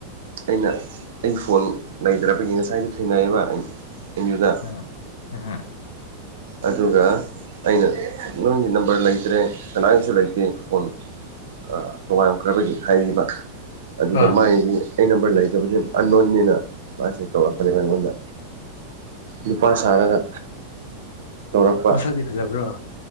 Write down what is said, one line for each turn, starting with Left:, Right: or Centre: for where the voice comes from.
Right: ꯑꯩꯅ ꯑꯩ ꯐꯣꯟ ꯂꯩꯗ꯭ꯔꯕꯒꯤ ꯉꯁꯥꯏꯗꯣ ꯊꯦꯡꯅꯩꯑꯦꯕ ꯑꯦꯝ ꯌꯨꯗ
Left: <unintelligible>
Right: ꯑꯗꯨꯒ ꯑꯩꯅ ꯅꯪꯒꯤ ꯅꯝꯕꯔ ꯂꯩꯇ꯭ꯔꯦ ꯀꯅꯥꯏꯒꯤꯁꯨ ꯂꯩꯇꯦ ꯐꯣꯟ ꯑ ꯇꯣꯉꯥꯝꯈ꯭ꯔꯕꯒꯤ ꯍꯥꯏꯕꯤꯕ ꯑꯗꯨꯗ
Left: ꯑꯥ
Right: ꯃꯥꯏꯗꯤ ꯑꯩ ꯅꯝꯕꯔ ꯂꯩꯇꯕꯗꯤ ꯑꯟꯅꯣꯟꯅꯤꯅ ꯃꯥꯁꯦ ꯇꯧꯔꯛꯄꯅꯤ ꯑꯩꯉꯣꯟꯗ ꯅꯨꯨꯄꯥ ꯁꯥꯔꯒ ꯇꯧꯔꯛꯄ
Left: ꯃꯁꯛꯗꯤ ꯐꯖꯕ꯭ꯔꯣ